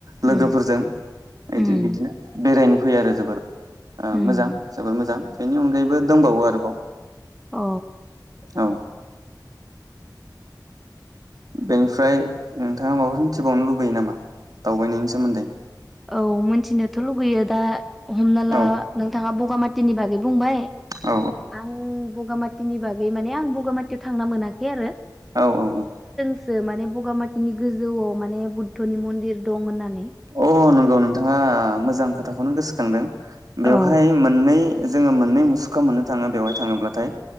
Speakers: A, on the right; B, in the centre.
A: लोगोफोरजों
B: उम उम
A: इदि बिदिनो बेरायनो फैयो आरो जोबोर ओ
B: उम
A: मोजां जोबोर मोजां। बेनि अनगायैबो दंबावो आरोबाव।
B: अ
A: औ बेनिफ्राय नोंथाङा माबा मिथिबावनो लुबैयो नामा दावबायनायनि सोमोन्दै?
B: औ मोनथिनोथ' लुगैयो दा हमनाला
A: औ
B: नोंथाङा बगा मात तिनि बागै बुंबाय
A: औ
B: आं बु बगामातिनि बागै माने आं बगामातियाव थांनो मोनाखै आरो।
A: औ औ औ
B: जो माने बगामातिनि गोजौआव माने बुद्धनि मन्दिर दं होननानै
A: अ नं गौ नोंथाङा मोजां खोथाखौनो गोसो खांदों।
B: अ
A: बेवहाय मोननै जोङो मोननै मुसुखा मोननो थाङो बेवहाय थाङोब्लाथाय।